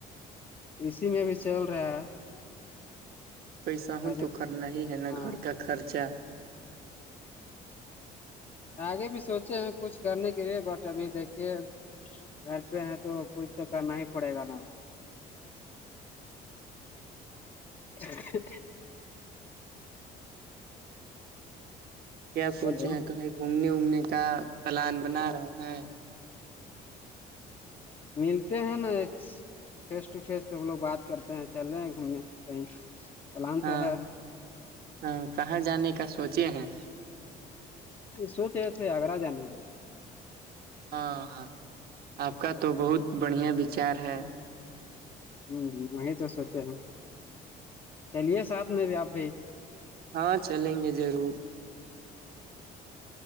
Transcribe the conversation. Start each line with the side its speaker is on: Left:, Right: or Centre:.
Left: اسی میں بھی چل رہا ہے
Right: پیسہ ہوں تو
Left: فج
Right: کرنا ہی ہے نا
Left: ہاں
Right: گھر کا خرچہ
Left: آگے بھی سوچے ہیں کچھ کرنے کے لیے بٹ ابھی دیکھیے گھر پہ ہے تو کچھ تو کرنا ہی پڑے گا نا
Right: ہاں
Left: اچ <unintelligible>
Right: کیا سوچے
Left: ہیلو
Right: ہیں کہیں گھومنے وومنے کا پلان بنا رہے ہیں
Left: ملتے ہیں نا فیس ٹو فیس تو ہم لوگ بات کرتے ہیں چل رہے ہیں گھومنے کہیں پلان تو
Right: ہاں
Left: ہے
Right: ہاں کہاں جانے کا سوچے ہیں
Left: یہ سو چ تھے اگرا جا نہیںول
Right: ہاں آپ کا تو بہت بڑھیا وچار ہے
Left: ہوں وہی تو سوچے ہیں چلیے ساتھ میں بھی آپ بھی
Right: ہاں چلیں گے ضرور
Left: ٹھ